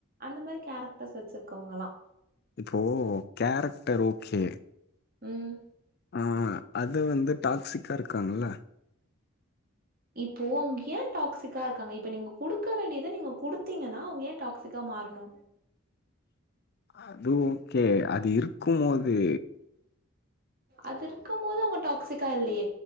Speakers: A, on the right; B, on the left.
A: அந்த மாரி கேரெக்டர்ஸ் வெச்சிருக்கவங்களா
B: இப்போ கேரெக்டர் ஓகே
A: ம்
B: ஆ அது வந்து டாக்சிக்கா இருக்காங்கள
A: இப்போ அவங் ஏ டாக்ஸிக்கா இருக்காங்க இப்ப நீங்க குடுக்க வேண்டியத நீங்க குடுத்தீங்கன்னா அவங்க ஏ டாக்சிக்கா மாறணு
B: அது ஓகே அது இருக்குமோது
A: அது இருக்க மோது அவங்க டாக்சிகா இல்லயே